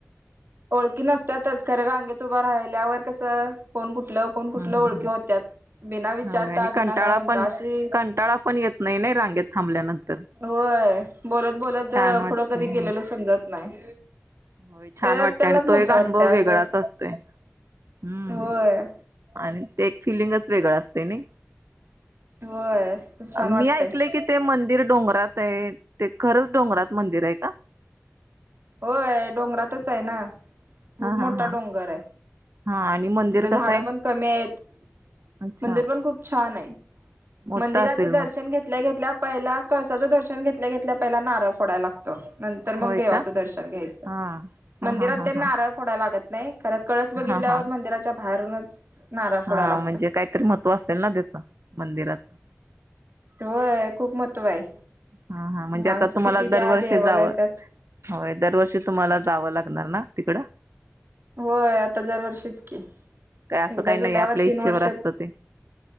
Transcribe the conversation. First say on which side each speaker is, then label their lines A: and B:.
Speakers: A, on the right; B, on the right.
A: ओळखी नसतातच, खरे रांगेत उभा राहिल्यावर कसं, कोण कुठलं कोण कुठल्या
B: हम्म
A: ओळखी
B: हम्म हम्म
A: होत्यात. बिना विचारता,
B: होय आणि कंटाळा
A: बिना काय म्हणता,
B: पण
A: अशी
B: कंटाळा पण येतो नाही-नाही रांगेत थांबल्यानंतर.
A: होय, बोलत-बोलत
B: छान वाटतंय
A: पुढं कधी गेलेल समजत नाही.
B: हो छान
A: त्या
B: वाटतेय,
A: त्यालाच
B: आणि
A: मज्जा
B: तो एक अनुभव
A: वाटते असं
B: वेगळाच असतोय. हम्म
A: होय
B: आणि ते एक फिलिंगच वेगळं असतं नाही.
A: होय खूप छान वाटतय
B: मी ऐकलंय की ते मंदिर डोंगरात आहे, ते खरंच डोंगरात मंदिर आहे का?
A: होय, डोंगरातच आहे ना, खूप
B: हा
A: मोठा
B: हा हा
A: डोंगर आहे.
B: हा आणि मंदिर
A: तिथे झाड
B: कसं आहे?
A: पण कमी आहेत.
B: अच्छा
A: मंदिर पण खूप छान आहे.
B: मोठं
A: मंदिराचं
B: असेल
A: दर्शन
B: मग
A: घेतल्या-घेतल्या, पहिला कळसाचं दर्शन घेतल्या-घेतल्या, पहिला नारळ फोडायला लागत. नंतर मग
B: होय
A: देवात.
B: का?
A: दर्शन घ्यायच.
B: हा
A: मंदिरात
B: हा हा हा
A: तेन
B: हा
A: नारळ फोडा लागत नाही. कार कळस बघितल्यावर
B: हा हा
A: मंदरात च्या बाहेरूनच नारळ फोडायला
B: हा,
A: लागतो.
B: म्हणजे काहीतरी महत्त्व असेल ना त्याच मंदिराच.
A: होय खूप महत्त्व आहे.
B: हा-हा म्हणजे
A: माणसं
B: आता तुम्हाला
A: किती
B: दरवर्षी
A: त्या देवाला
B: जावं
A: येतात.
B: होय, दरवर्षी तुम्हाला जावं लागणार ना तिकडं?
A: होय, आता दरवर्षीच की,
B: काय असं
A: एकदा
B: काही नाही
A: गेल्यावर
B: आपल्या
A: तीन
B: इच्छेवर
A: वर्षात
B: असतं ते